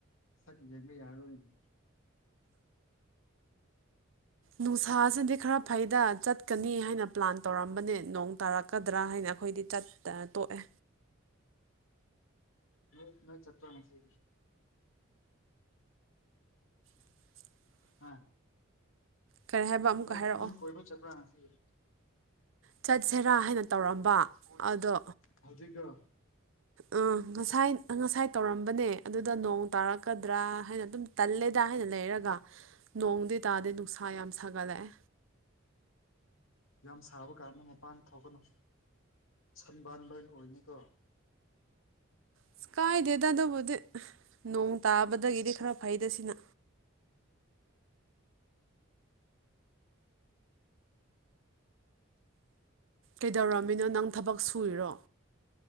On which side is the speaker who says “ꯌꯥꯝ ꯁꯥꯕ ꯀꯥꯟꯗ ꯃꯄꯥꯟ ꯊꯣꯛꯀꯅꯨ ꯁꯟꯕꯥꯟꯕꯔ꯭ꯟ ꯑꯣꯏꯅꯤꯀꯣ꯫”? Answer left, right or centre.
Left